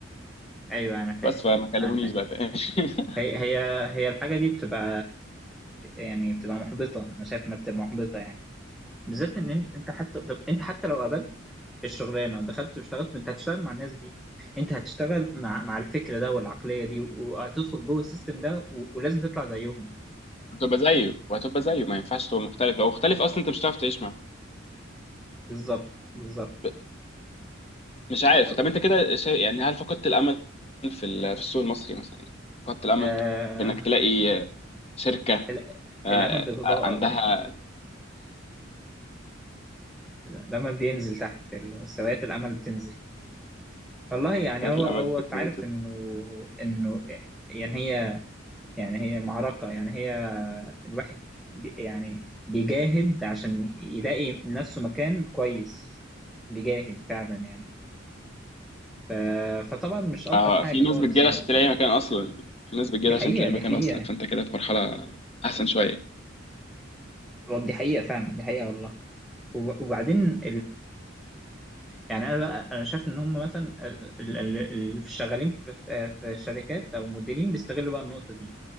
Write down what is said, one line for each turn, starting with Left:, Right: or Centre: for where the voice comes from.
Centre: ايوه انا فاهم
Left: بس فما
Centre: آه،
Left: كلمونيش
Centre: انا فاهم
Left: بقى تاني <laughs>
Centre: هي هي هي الحاجه دي بتبقى يعني بتبقى محبطه انا شايف انها بتبقى محبطه يعني بالذات ان إن- انت حتى طب انت حتى لو قابلت الشغلانه ودخلت واشتغلت انت هتشتغل مع الناس دي انت هتشتغل مع مع الفكر ده والعقليه دي وهتدخل جوه السيستم ده و... ولازم تطلع زيهم
Left: هتبقى زيه وهتبقى زيه ما ينفعش تبقى مختلف لو مختلف اصلا انت مش هتعرف تعيش معاه
Centre: بالظبط بالظبط
Left: ب- مش عارف
Centre: آه...
Left: طب انت كده شا... يعني هل فقدت الامل في ال... في السوق المصري مثلا فقدت الامل
Centre: آه...
Left: في انك تلاقي شركه
Centre: ال-
Left: آه،
Centre: الامل بيتضاءل
Left: آه، عندها
Centre: لما بينزل تحت مستويات الامل بتنزل والله يعني
Left: فقدت
Centre: هو
Left: الامل
Centre: هو
Left: في
Centre: انت
Left: تنازل
Centre: عارف انه انه يعني هي يعني هي معركه يعني هي الواحد بي يعني بيجاهد عشان يلاقي لنفسه مكان كويس بيجاهد فعلا يعني ف- فطبعا مش الطف
Left: اه
Centre: حاجه
Left: في ناس
Centre: خالص
Left: بتجيلها
Centre: يعني
Left: عشان تلاقي مكان اصلا في ناس بتجيلها
Centre: دي حقيقه
Left: عشان تلاقي
Centre: دي
Left: مكان
Centre: حقيقه
Left: اصلا فانت كده في مرحله احسن شويه
Centre: دي حقيقه فعلا دي حقيقه والله وب- وبعدين يعني انا بقى انا شايف ان هم مثلا ال- ال- اللي شغالين في في الشركات او المديرين بيستغلوا بقى النقطه دي